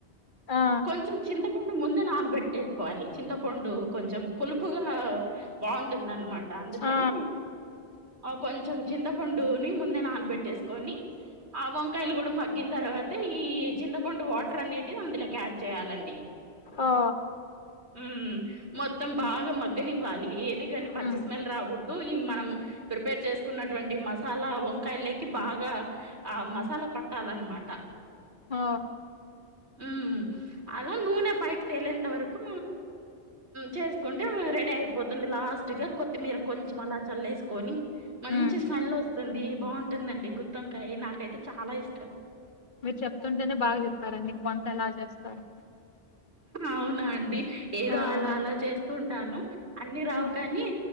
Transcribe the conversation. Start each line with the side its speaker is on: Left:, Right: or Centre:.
Left: ఆ
Right: కొంచెం చింతపండు ముందే నానబెట్టేసుకోవాలి చింతపండు కొంచెం పులుపుగా బాగుంటుంది అనమాట అందుకని
Left: ఆ
Right: కొంచెం చింతపండుని ముందే నానబెట్టేసుకొని ఆ వంకాయలు కూడా మ దీని తర్వాతే ఈ చింతపండు వాటర్ అనేటివి అందులోకి యాడ్ చేయాలండి
Left: ఓ
Right: మ్ మొత్తం బాగా మగ్గనివ్వాలి ఏది కానీ పచ్చి
Left: మ్మ్
Right: స్మెల్ రాకూడదు ఈ మనం ప్రిపేర్ చేసుకున్నటువంటి మసాలా వంకాయ లోకి బాగా ఆ మసాలా ప పట్టాలనమాట
Left: ఆ
Right: మ్ అలా నూనె పైకి తేలేంత వరకుమ్ చేసుకుంటే రెడీ అయిపోతుంది లాస్ట్ గా కొత్తిమీర కొంచెం అలా చల్లేసుకొని మంచి
Left: మ్మ్
Right: స్మెల్ వస్తుంది బాగుంటుందండి గుత్తొంకాయ నాకైతే చాలా ఇష్ట ట
Left: మీరు చెప్తుంటేనే బాగా చెప్పారండి ఇంక వంట ఎలా చేస్తారో
Right: అవునా అండి ఏదో
Left: అవును
Right: అలా అలా చేస్తూ ఉంటాను అన్ని రావు
Left: మ్మ్
Right: కాని